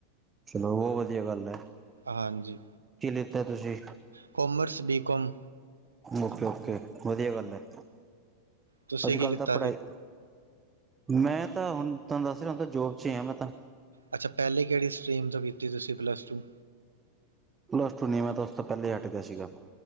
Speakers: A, on the right; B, on the right.
A: ਚਲੋ ਬਹੁਤ ਵਧੀਆ ਗੱਲ ਹੈ
B: ਹਾਂਜੀ
A: ਕੀ ਲਿੱਤਾ ਤੁਸੀਂ?
B: Commerce B com.
A: Okay- okay ਵਧੀਆ ਗੱਲ ਹੈ
B: ਤੁਸੀਂ
A: ਅੱਜ
B: ਕੀ
A: ਕੱਲ
B: ਲਿੱਤਾ
A: ਤਾਂ ਪੜ੍ਹਾਈ
B: ਸੀ
A: ਮੈਂ ਤਾਂ ਹੁਣ ਤੁਹਾਨੂੰ ਦੱਸ ਰਿਹਾ ਹੁਣ ਤਾਂ ਜੋਬ ਚੱ ਹੀ ਆ ਮੈਂ ਤਾਂ
B: ਅੱਛਾ ਪਹਿਲੇ ਕਿਹੜੀ ਸਟਰੀਮ ਤੋਂ ਕੀਤੀ ਤੁਸੀਂ ਪਲੱਸ ਟੂ
A: ਪਲੱਸ ਟੂ ਨੀ ਮੈਂ ਤਾਂ ਉਸ ਤੋਂ ਪਹਿਲਾਂ ਹੀ ਹਟ ਗਿਆ ਸੀਗਾ।